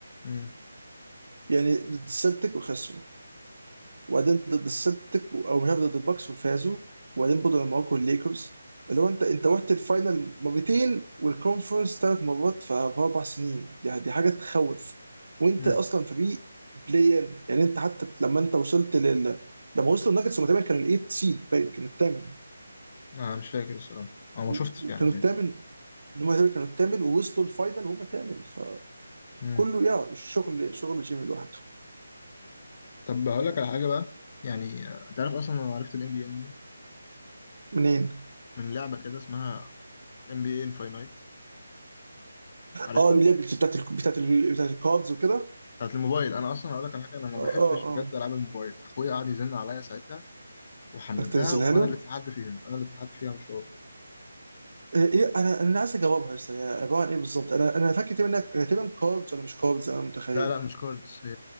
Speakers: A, on the left; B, on the right.
A: امم
B: يعني ضد السلتيك وخسروا وبعدين ضد السلتيك او مش عارف ضد الباكس وفازوا وبعدين برضه لما واجهوا الليكرز اللي هو انت انت رحت الفاينل مرتين والكونفرنس ثلاث مرات ف- في اربع سنين دي, دي حاجه تخوف وانت
A: امم
B: اصلا فريق بلاين يعني انت حتى لما انت وصلت لل لما وصلوا الناجتس هم تقريبا كانوا الايت سيد باين كانوا الثامن
A: انا مش فاكر الصراحه او ما
B: و-
A: شفتش
B: وكانوا
A: يعني ساعتها
B: الثامن هم تقريبا كانوا الثامن ووصلوا الفاينل وهم ثامن فكله
A: امم
B: يا شغل شغل جيمي لوحده
A: طب هقول لك على حاجه بقى يعني آه، تعرف اصلا انا عرفت الام بي ان
B: منين؟
A: من لعبه كده اسمها ام بي اي انفاينايت عارفها
B: اه اللي هي بتاعت ال- بتاعت ال- بتاعت الكاردز وكده
A: بتاعت الموبايل انا اصلا هقول لك على حاجه انا ما
B: اه
A: بحبش
B: اه
A: بجد
B: اه
A: العاب الموبايل اخويا قعد يزن عليا ساعتها وحملتها
B: بدك تنزلها
A: وانا
B: له
A: اللي اتسحلت فيها انا اللي اتسحلت فيها مش هو
B: إيه إيه، انا انا عايز اجاوبها لسه هي عباره عن ايه بالظبط انا انا فاكر تقريبا إنها- هي تقريبا كاردز ولا مش كاردز انا متخيل
A: لا لا مش كاردز هي